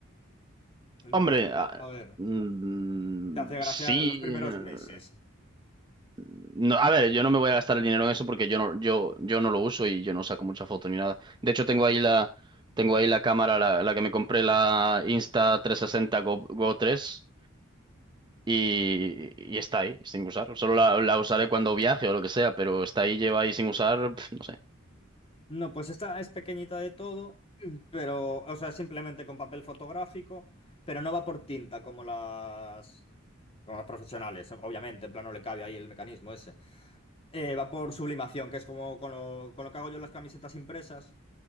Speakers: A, on the left; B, on the right.
A: Entonces,
B: Hombre, a-
A: a ver,
B: mm,
A: te hace gracia
B: sí.
A: los primeros
B: eh,
A: meses.
B: no, a ver, yo no me voy a gastar el dinero en eso porque yo no, yo, yo no lo uso y yo no saco mucha foto ni nada. De hecho, tengo ahí la, tengo ahí la cámara, la, la que me compré, la Insta360 Go, Go tres y, y está ahí, sin usar. Solo la, la usaré cuando viaje o lo que sea, pero está ahí, lleva ahí sin usar, pf, no sé.
A: No, pues esta es pequeñita de todo, pero, o sea, simplemente con papel fotográfico, pero no va por tinta como las, como las profesionales, obviamente, en plan no le cabe ahí el mecanismo ese. Eh, va por sublimación, que es como con lo, con lo que hago yo las camisetas impresas,